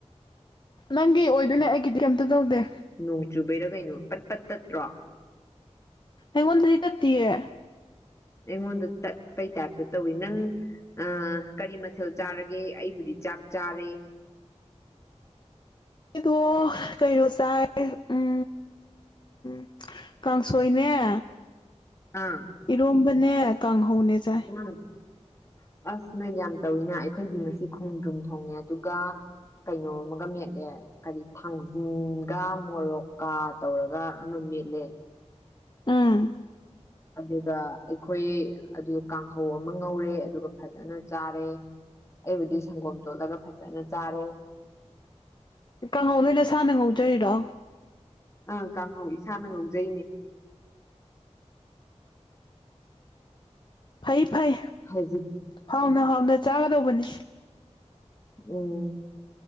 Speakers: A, on the left (about 40°); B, on the left (about 25°).
A: ꯅꯪꯒꯤ ꯑꯣꯏꯗꯣꯏꯅꯦ ꯑꯩꯒꯤꯗꯤ ꯀꯩꯝꯇ ꯇꯧꯗꯦ꯫
B: ꯅꯣꯡ ꯆꯨꯕꯩꯔꯥ ꯀꯩꯅꯣ ꯄꯠ ꯄꯠ ꯇꯠꯇ꯭ꯔꯣ꯫
A: ꯑꯩꯉꯣꯟꯗꯗꯤ ꯇꯠꯇꯤꯌꯦ꯫
B: ꯑꯩꯉꯣꯟꯗ ꯇꯠꯄꯩ ꯇꯥꯏꯞꯇ ꯇꯧꯏ ꯅꯪ ꯑꯥ ꯀꯔꯤ ꯃꯊꯦꯜ ꯆꯥꯔꯒꯦ ꯑꯩꯕꯨꯗꯤ ꯆꯥꯛ ꯆꯥꯔꯦ꯫
A: ꯑꯩꯗꯣ ꯀꯩꯅꯣ ꯆꯥꯏ ꯎꯝ ꯎꯝ ꯀꯥꯡꯁꯣꯏꯅꯦ
B: ꯑꯥ꯫
A: ꯏꯔꯣꯝꯕꯅꯦ ꯀꯥꯡꯍꯧꯅꯦ ꯆꯥꯏ
B: ꯎꯝ ꯑꯁ ꯅꯣꯏ ꯌꯥꯝ ꯇꯧꯏꯅ ꯑꯩ ꯑꯩꯗꯤ ꯉꯁꯤ ꯈꯣꯡꯗ꯭ꯔꯨꯝ ꯊꯣꯡꯉꯦ ꯑꯗꯨꯒꯥ ꯀꯩꯅꯣꯝ ꯑꯃꯒ ꯃꯦꯠꯂꯦ ꯀꯔꯤ ꯊꯥꯡꯖꯤꯡꯒ ꯃꯣꯔꯣꯛꯀꯥ ꯇꯧꯔꯒ ꯑꯃ ꯃꯦꯠꯂꯦ꯫
A: ꯎꯝ꯫
B: ꯑꯗꯨꯗ ꯑꯩꯈꯣꯏ ꯑꯗꯨ ꯀꯥꯡꯍꯧ ꯑꯃ ꯉꯧꯔꯦ ꯑꯗꯨꯒ ꯐꯖꯅ ꯆꯥꯔꯦ꯫ ꯑꯩꯕꯨꯗꯤ ꯁꯪꯒꯣꯝ ꯇꯣꯠꯂꯒ ꯐꯖꯅ ꯆꯥꯔꯦ꯫
A: ꯀꯥꯡꯍꯧ ꯅꯣꯏ ꯅꯁꯥꯥꯅ ꯉꯧꯖꯔꯤꯔꯣ꯫
B: ꯑꯥ ꯀꯥꯡꯍꯧ ꯏꯁꯥꯅ ꯉꯧꯖꯩꯅꯦ꯫
A: ꯐꯩ ꯐꯩ꯫
B: ꯍꯧꯖꯤꯛ
A: ꯍꯥꯎꯅ ꯍꯥꯎꯅ ꯆꯥꯒꯗꯧꯕꯅꯤ꯫
B: ꯎꯝ꯫